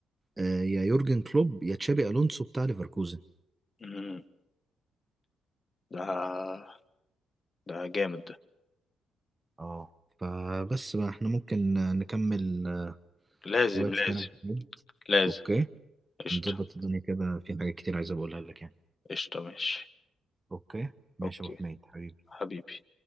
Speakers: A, on the right; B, on the left.
A: آه، يا يورجن كلوب يا تشابي الونسو بتاع ليفركوزن
B: إمم، ده ده جامد ده،
A: اه فبس بقى احنا ممكن آه، نكمل آه،
B: لازم،
A: وقت
B: لازم،
A: تاني أبو حميد.
B: لازم،
A: اوكي
B: قشطة،
A: نظبط الدنيا كده في حاجات كتير عايز أبقى اقولها لك يعني
B: قشطة، ماشي،
A: اوكي ماشي
B: أوكي،
A: يا ابو حميد حبيبي
B: حبيبي.